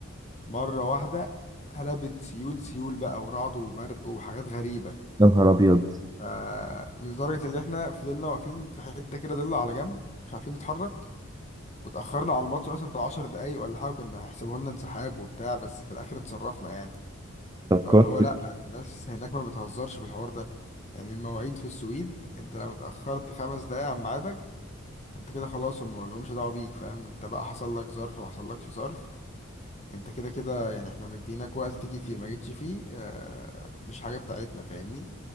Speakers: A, on the left; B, on the right.
A: مرة واحدة قلبت سيول سيول بقى ورعد وبرق وحاجات غريبة
B: يا نهار ابيض
A: آه لدرجة اللي احنا فضلنا واقفين في حتة كده ضلة على جنب مش عارفين نتحرك واتأخرنا على الماتش مثلا بتاع 10 دقايق ولا حاجة كنا هيحسبوا لنا انسحاب وبتاع بس في الآخر اتصرفنا يعني
B: طب
A: فاللي
B: كويس
A: هو لأ الناس هناك ما بتهزرش في الحوار ده يعني المواعيد في السويد انت لو اتأخرت خمس دقايق عن ميعادك انت كده خلاص هم مالهمش دعوة بيك فاهم انت بقى حصل لك ظرف ما حصلكش ظرف انت كده كده يعني احنا مديناك وقت تيجي فيه ما جيتش فيه اه مش حاجة بتاعتنا فاهمني